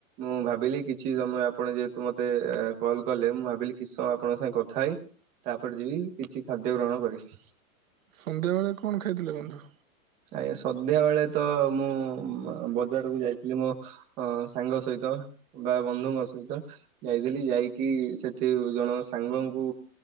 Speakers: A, on the right (about 15°); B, on the right (about 65°).
A: ମୁଁ ଭାବିଲି କିଛି ସମୟ ଆପଣ ଯେହେତୁ ମତେ କଲ କଲେ ମୁଁ ଭାବିଲି କିଛି ସମୟ ଆପଣଙ୍କ ସାଙ୍ଗେ କଥା ହେଇ ତାପରେ ଯିବି କିଛି ଖାଦ୍ୟ ଗ୍ରହଣ କରିବି।
B: ସନ୍ଧ୍ୟାବେଳେ କଣ ଖାଇଥିଲେ ବନ୍ଧୁ।
A: ଆଜ୍ଞା ସଧ୍ୟା ବେଳେ ତ ମୁଁ ବଜାରକୁ ଯାଇଥିଲି ମୋ ଅ ସାଙ୍ଗ ସହିତ ବା ବନ୍ଧୁଙ୍କ ସହିତ। ଯାଇଥିଲି ଯାଇକି ସେଠି ଜଣ ସାଙ୍ଗଙ୍କୁ